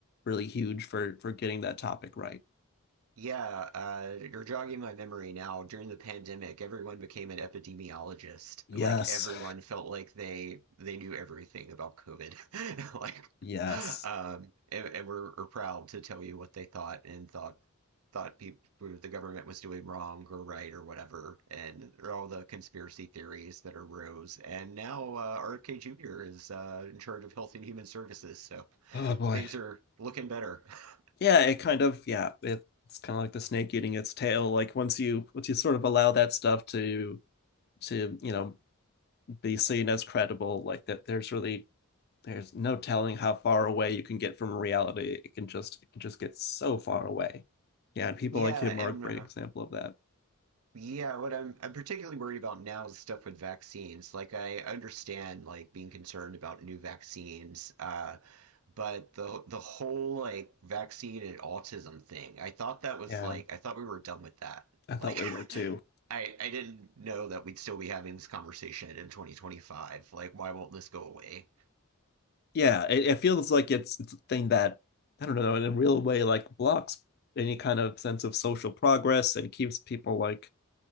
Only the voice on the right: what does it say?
Yeah, uh, you're jogging my memory now. During the pandemic, everyone became an epidemiologist.
Like everyone felt like they they knew everything about COVID. <laughs> Like,
um, and, and were, were proud to tell you what they thought and thought thought people the government was doing wrong or right or whatever, and there are all the conspiracy theories that arose. And now uh, RFK Jr. is uh, in charge of Health and Human Services, so
things are looking better. <laughs>
Yeah,
and
uh,
Yeah, what I'm I'm particularly worried about now is stuff with vaccines. Like I understand like being concerned about new vaccines, uh, but the the whole like vaccine and autism thing, I thought that was
like I thought we were done with that.
Like
<laughs>
I I didn't know that we'd still be having this conversation in 2025. Like why won't this go away?